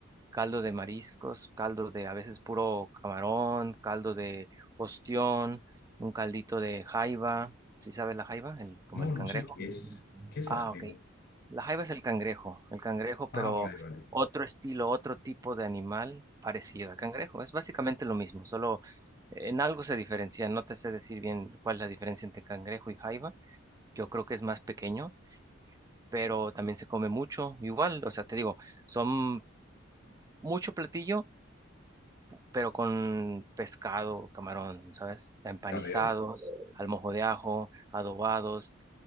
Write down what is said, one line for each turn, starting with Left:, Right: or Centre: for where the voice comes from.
Right: caldo de mariscos, caldo de a veces puro camarón, caldo de ostión, un caldito de jaiba. ¿Sí sabes la jaiba? El, como
Left: No,
Right: el cangrejo.
Left: no sé qué es. ¿Qué es
Right: Ah,
Left: la jaiba?
Right: ok. La jaiba es el cangrejo, el cangrejo, pero
Left: Ah, vale, vale.
Right: otro estilo, otro tipo de animal parecido al cangrejo. Es básicamente lo mismo, solo en algo se diferencia. No te sé decir bien cuál es la diferencia entre cangrejo y jaiba. Yo creo que es más pequeño, pero también se come mucho, igual. O sea, te digo, son mucho platillo pero con pescado, camarón, ¿sabes? Empanizado,
Left: La veo.
Right: al mojo de ajo, adobados.